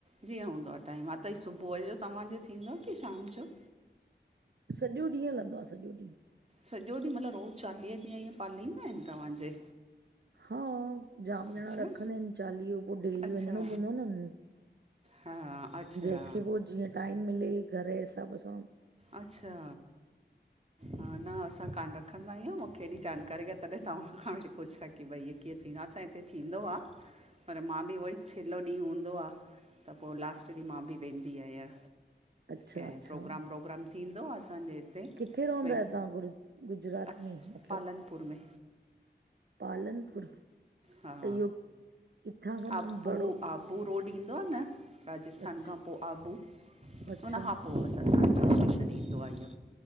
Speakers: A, on the right; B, on the right.
A: जीअं हूंदो आ टाइम, हा त ई सुबुह जो तव्वांजो थींदो आ कि शाम जो?
B: सॼो ॾींहुं हलंदो आ, सॼो ॾींहुं।
A: सॼो ॾींहुं मतलब रोज़ चालीह ॾींहं इअं पालींदा आहिन तव्हांजे?
B: हा जाम ॼणा
A: अच्छा
B: रखंदा आहिन चालीहो, पो डेली
A: अच्छा
B: वञिणो पवंदो आ न उनन
A: हा अच्छा
B: जेहिंखे वो जीअं टाइम मिले घर जे हिसाब सां।
A: अच्छा! हां, न असां कान रखंदा आहियूं, मूंखे हेॾी जानकारी आ तॾहिं तव्हां खां वेठी पुछां कि भई इहे कीअं थींदो आ, असांजे हुते थींदो आ पर मां बि उहई छिलो ॾींहुं हूंदो आ त पो लास्ट ॾींह मां बि वेंदी आयां।
B: अच्छा
A: ऐं
B: अच्छा
A: प्रोग्राम व्रोग्राम थींदो आ असांजे हिते।
B: किथे रहंदा
A: भई
B: आयो तवां गुर गुजरात
A: अस
B: में मतलब?
A: पालनपुर में
B: पालनपुर।
A: हा।
B: त इहो किथां खां
A: आबू
B: बड़ो
A: -आबू रोड ईंदो आ न राजस्थान
B: अच्छा
A: खां पो आबू।
B: अच्छा।
A: उन खां पो बस असांजो स्टेशन ईंदो आ इयो।